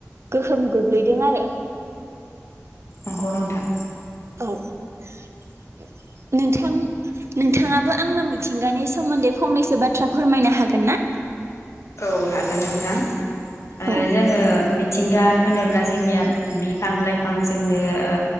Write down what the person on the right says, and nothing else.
गोहोम गोग्लैदों आरो।
औ नोंथां नोंथाङाबो आंनो मिथिंगानि सोमोन्दै फंनैसो बाथ्रा फोरमायनो हागोन ना?
औ